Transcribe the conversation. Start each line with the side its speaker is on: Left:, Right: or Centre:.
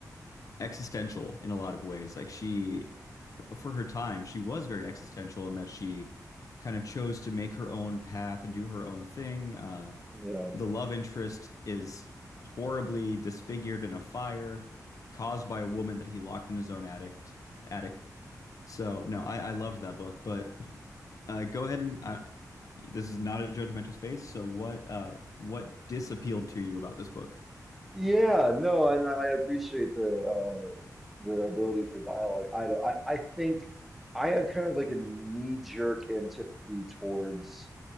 Left: existential in a lot of ways. Like she, for her time, she was very existential in that she kind of chose to make her own path and do her own thing. Uh,
Centre: Yeah.
Left: the love interest is horribly disfigured in a fire caused by a woman that he locked in his own attic. Attic. So no, I, I love that book. But uh, go ahead and I, this is not a judgmental space. So what uh what disappealed to you about this book?
Centre: Yeah, no, and I I appreciate the uh the ability for dialogue. I don't I, I think I have kind of like a knee-jerk antipathy towards